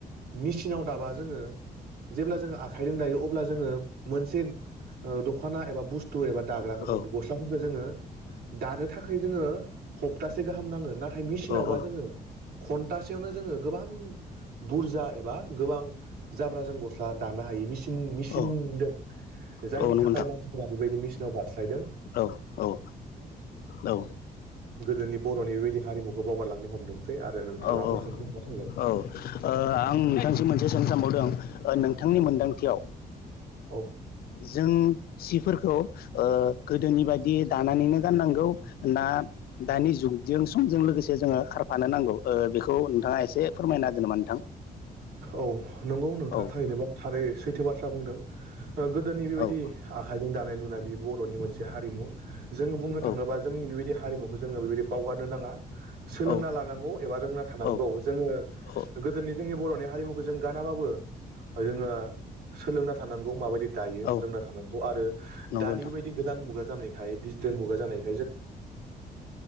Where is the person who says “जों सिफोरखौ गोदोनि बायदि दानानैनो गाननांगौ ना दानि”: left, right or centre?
Left